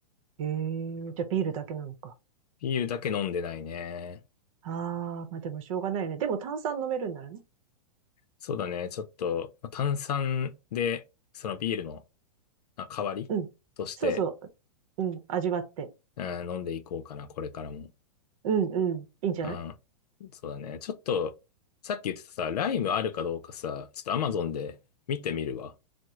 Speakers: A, on the right; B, on the left.
A: へえ、じゃあビールだけなのか。
B: ビールだけ飲んでないね。
A: ああ、まあでもしょうがないよね。でも炭酸飲めるんならね。
B: そうだね、ちょっと、まあ炭酸で、そのビールのまあ代わりとして、
A: うん。そうそう。うん。味わって。
B: うん飲んでいこうかな、これからも。
A: うんうん。いいんじゃない
B: うん。そうだね。ちょっと、さっき言ってたさ、ライムあるかどうかさ、ちょっとアマゾンで見てみるわ。